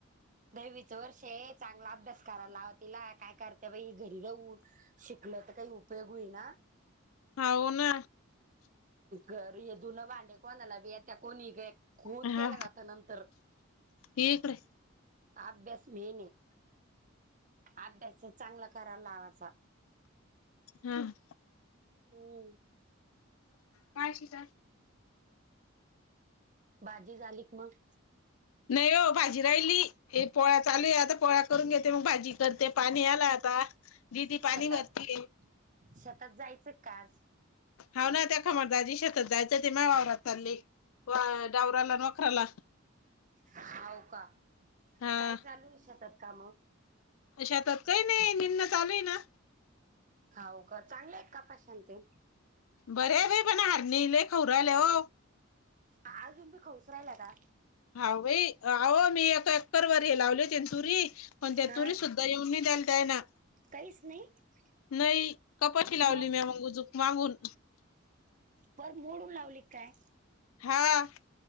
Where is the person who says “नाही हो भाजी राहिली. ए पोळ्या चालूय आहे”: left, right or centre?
Left